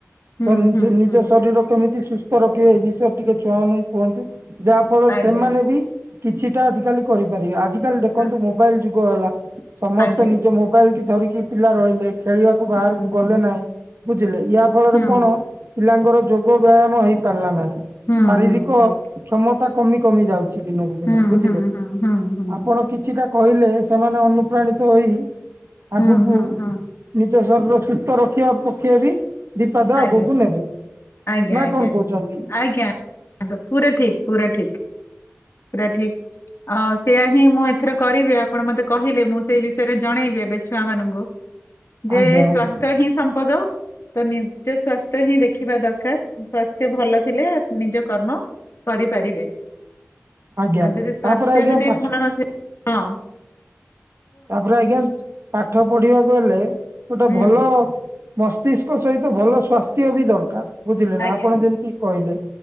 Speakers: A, on the left (about 60°); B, on the right (about 60°).
A: ହୁଁ
B: ସନ୍
A: ହୁଁ
B: ନିଜ
A: ହୁଁ
B: ଶରୀର କେମିତି ସୁସ୍ଥ ରଖିବେ ଏବିଷ ୟରେ ଟିକେ ଛୁଆ ମାନଙ୍କୁ କୁହନ୍ତୁ ଯାହା ଫଳରେ
A: ଆଜ୍ଞା
B: ସେମାନେବି କିଛିଟା ଆଜିକାଲି କରିପାରିବେ ଆଜି ଆଜିକାଲି ଦେଖନ୍ତୁ
A: ଆ-
B: ମୋବାଇଲ୍ ଯୁଗ ହେଲା ସମସ୍ତେ
A: ଆଜ୍ଞା
B: ନିଜ ମୋବାଇଲକି ଧରିକି ପିଲା ରହିଲେ ଖେଳିବାକୁ ବାହାରକୁ
A: ହୁଁ
B: ଗଲେ
A: ହୁଁ
B: ନାହିଁ ବୁଝିଲେ ୟା ଫଳରେ
A: ହୁଁ
B: କଣ ପିଲାଙ୍କର ଯୋଗ ବ୍ୟାୟାମ ହେଇ ପାରିଲା ନାହିଁ
A: ହୁଁ
B: ଶାରୀରିକ
A: ହୁଁ ହୁଁ
B: କ୍ଷମତା କମି କମି ଯାଉଚି ଦିନକୁ ଦିନ
A: ହୁଁ
B: ବୁଝିଲେ
A: ହୁଁ ହୁଁ ହୁଁ ହୁଁ
B: ଆପଣ କିଛିଟା କହିଲେ ସେମାନେ ଅନୁପ୍ରାଣିତ ହୋଇ ଆଗକୁ
A: ହୁଁ ହୁଁ ହୁଁ
B: ନିଜ ଶରୀର ସୁସ୍ଥ ରଖିବା ପକେଇବି ଦି ପାଦ
A: ଆଜ୍ଞା
B: ଆଗକୁ ନେବେ
A: ଆଜ୍ଞା
B: ନାକଣ
A: ଆଜ୍ଞା ଆଜ୍ଞା
B: କଉଚନ୍ତି।
A: ଆଜ୍ଞା ଆ ପୁରା ଠିକ୍ ପୁରା ଠିକ୍। ପୁରା ଠିକ୍ ଆଉ ସେୟାହିଁ ମୁଁଏଥର କରିବି ଆପ ଆପଣ ମତେ କହିଲେ ମୁଁ ସେଇ ବିଷୟରେ ଜଣେଇବି ଏବେ ଛୁଆ ମାନଙ୍କୁ। ଯେ
B: ଆଜ୍ଞା
A: ସ୍ଵସ୍ଥ୍ୟହିଁ
B: ଆଜ୍ଞା
A: ସମ୍ପଦ ତ ନି ନିଜ ସଵାସ୍ଥ୍ୟହିଁ ଦେଖିବା ଦରକାର୍ ସ୍ୱାସ୍ଥ୍ୟ ଭଲ ଥିଲେ ନିଜ କର୍ମ କରିପାରିବେ
B: ଆଜ୍ଞା
A: ଆଉ ଯଦି ସ୍ବାସ୍ଥ୍ୟ
B: ତାପରେ ଆଜ୍ଞା
A: ଯଦି
B: ପାଠ
A: ଭଲ ନଥିବ ହଁ।
B: ତାପରେ ଆଜ୍ଞା ପାଠ ପଢିବାକୁ ହେଲେ ଗୋଟେ
A: ହୁଁ
B: ଭଲ ମସ୍ତ ମସ୍ତିଷ୍କ ସହିତ ଭଲ ସଵାସ୍ଥ୍ୟବି ଦରକାର୍ ବୁଝିଲେନା
A: ଆଜ୍ଞା
B: ଆପଣ ଯେମିତି କହିଲେ।